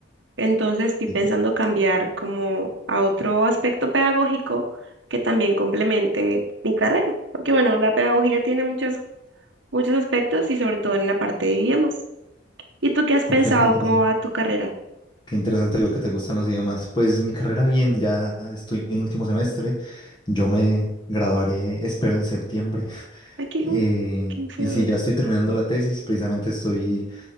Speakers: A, on the right; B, on the left.
A: Entonces estoy
B: Difícil.
A: pensando cambiar como a otro aspecto pedagógico que también complemente mi carrera. Porque bueno, la pedagogía tiene muchos, muchos aspectos y sobre todo en la parte de idiomas. ¿Y tú qué has pensado?
B: Ok, qué interesante.
A: ¿Cómo va tu carrera?
B: Qué interesante veo que te gustan los idiomas. Pues mi carrera bien, ya estoy en último semestre. Yo me graduaré, espero, en septiembre. <laughs>
A: Ay, qué,
B: Eh,
A: uy, qué feo.
B: y sí, ya estoy terminando la tesis. Precisamente estoy,